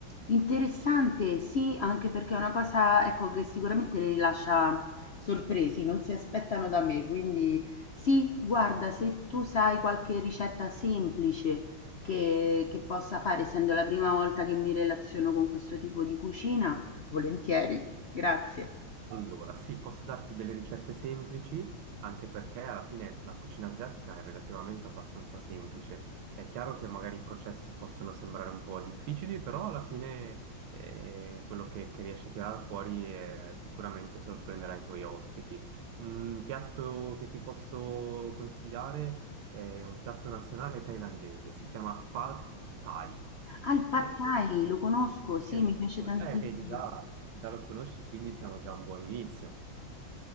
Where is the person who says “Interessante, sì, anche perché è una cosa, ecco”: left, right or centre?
Left